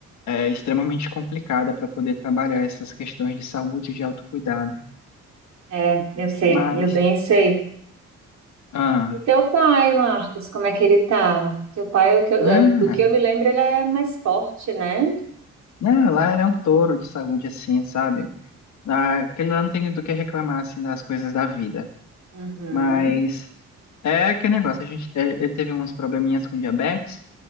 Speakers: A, on the left; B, on the right.
A: é extremamente complicada para poder trabalhar essas questões de saúde e de autocuidado.
B: É, eu sei,
A: Mas.
B: eu bem sei.
A: Ah,
B: E teu pai, Marcos, como é que ele tá? Teu pai, é o que eu-
A: não
B: é, do que eu me lembro, ele é mais forte, né?
A: não, lá ele é um touro de saúde, assim, sabe? Ah, Aquele lá não tem do que reclamar, assim, das coisas da vida.
B: Uhum,
A: Mas é aquele negócio, a gente, é, ele teve uns probleminhas com diabetes,